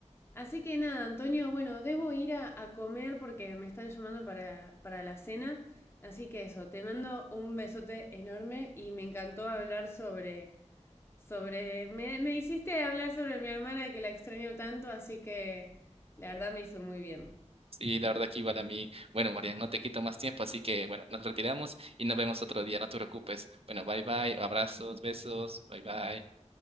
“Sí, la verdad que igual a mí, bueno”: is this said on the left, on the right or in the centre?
Right